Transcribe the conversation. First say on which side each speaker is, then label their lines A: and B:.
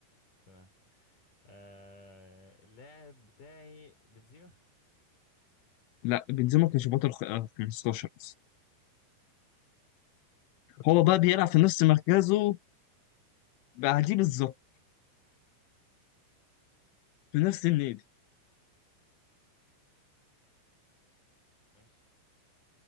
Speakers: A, on the left; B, on the left.
A: تمام آه اللاعب بتاعي بنزيما
B: لا بنزيما كان شباط الخ- آه، 15 بس هو بقى بيلعب في نفس مركزه بعديه بالظبط في نفس النادي
A: ماشي